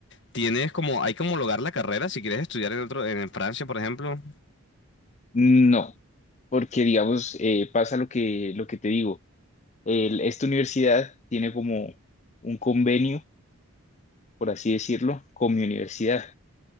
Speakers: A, on the left; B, on the left.
A: ¿tienes como, hay que homologar la carrera si quieres estudiar en otro, en Francia, por ejemplo?
B: No, porque digamos, eh, pasa lo que, lo que te digo. El- esta universidad tiene como un convenio, por así decirlo, con mi universidad.